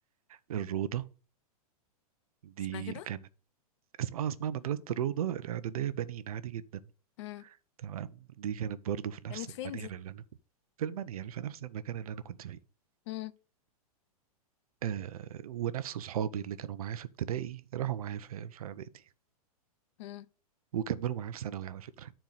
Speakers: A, on the right (about 70°); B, on the left (about 50°).
A: الروضة دي
B: اسمها كده
A: كانت اسمها آه، اسمها مدرسة الروضة الإعدادية بنين عادي جدا
B: امم
A: تمام دي كانت برضو في نفس
B: كانت فين
A: المنيل
B: دي
A: اللي أنا في المنيل في نفس المكان اللي أنا كنت فيه
B: امم
A: آه ونفس صحابي اللي كانوا معايا في ابتدائي راحوا معايا في في إعدادي
B: امم
A: وكملوا معايا في ثانوي على فكرة